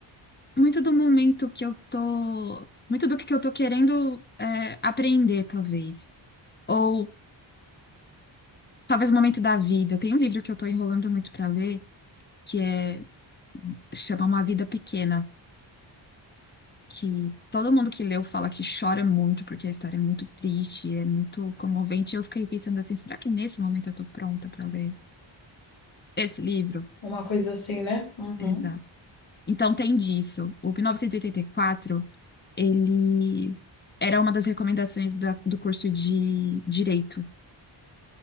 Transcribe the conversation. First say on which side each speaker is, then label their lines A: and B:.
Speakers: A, on the left (about 25°); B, on the left (about 80°).
A: muito do momento que eu tô, muito do que eu tô querendo é, aprender, talvez. Ou talvez o momento da vida. Tem um livro que eu tô enrolando muito pra ler, que é chama Uma Vida Pequena, que todo mundo que leu fala que chora muito, porque a história é muito triste, é muito comovente. E Eu fiquei pensando assim, será que nesse momento eu tô pronta pra ler esse livro?
B: Uma coisa assim, né? Uhum.
A: Exato. Então tem disso. O 1984, ele era uma das recomendações da- do curso de direito.